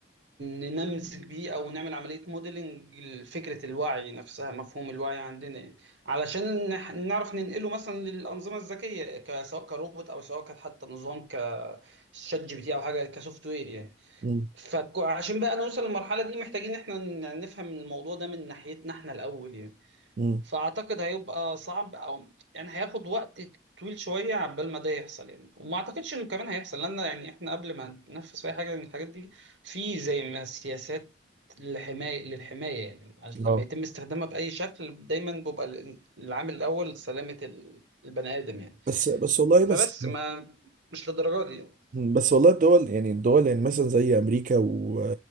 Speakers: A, on the right; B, on the right.
A: ننمذج بيه او نعمل عمليه موديلنج لفكره الوعي نفسها مفهوم الوعي عندنا يعني علشان نح- نعرف ننقله مثلا للانظمه الذكيه ك- سواء كروبوت او سواء كانت حتى نظام كشات جي بي تي او حاجه كسوفت وير يعني
B: مم.
A: فعشان بقى نوصل للمرحله دي محتاجين احنا ن- يعني نفهم الموضوع ده من ناحيتنا احنا الاول يعني
B: مم.
A: فاعتقد هيبقى صعب او يعني هياخد وقت طويل شويه عبال ما ده يحصل يعني وما اعتقدش انه كمان هيحصل لان يعني احنا قبل ما ننفذ اي حاجه من الحاجات دي في زي ما سياسات للحمايه للحمايه يعني عشان لما
B: اه
A: يتم استخدامها باي شكل دايما بيبقى ال- العامل الاول سلامه ال- البني ادم يعني
B: بس بس والله
A: فبس
B: بس
A: ما مش للدرجه دي
B: بس والله الدول يعني الدول يعني مثلا زي امريكا و